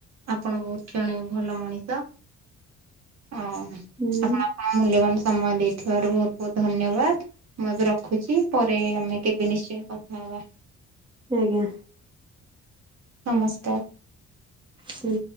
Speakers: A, on the right; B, on the right.
A: ଆପଣ ବହୁତ କ୍ଷଣେ ଭଲ ମଣିତ ଅଁ ଆ
B: ହୁଁ
A: ମୂଲ୍ୟବାନ ସମୟ ଦେଇଥିବାରୁ ବହୁତ ବହୁତ ଧନ୍ୟବାଦ। ମୁଁ ଏବେ ରଖୁଛି ପରେ ଆମେ କେବେ ନିଶ୍ଚୟ କଥା ହବା।
B: ଆଜ୍ଞା।
A: ନମସ୍କାର।
B: ହୁଁ।